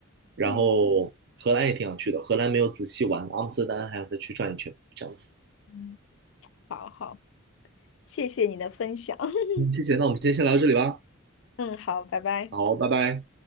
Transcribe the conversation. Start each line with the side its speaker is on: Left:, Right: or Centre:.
Right: 然后荷兰也挺想去的，
Left: 嗯
Right: 荷兰没有仔细玩，阿姆斯特丹还想再去转一圈，这样子。
Left: 嗯，好好，谢谢你的分享。<laughs>
Right: 嗯，谢谢，那我们今天先聊到这里吧。
Left: 嗯，好，拜拜。
Right: 好，拜拜。